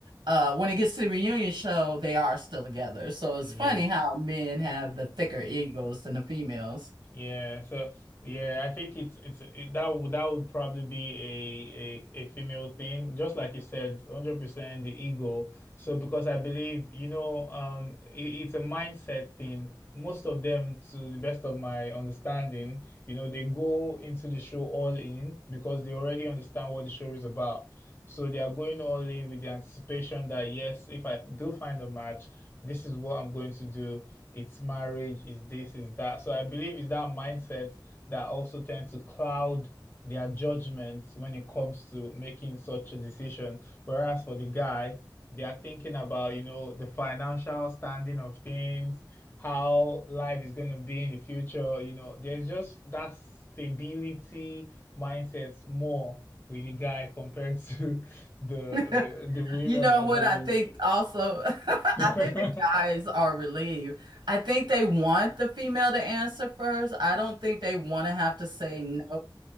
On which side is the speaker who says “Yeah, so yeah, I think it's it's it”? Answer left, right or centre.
Left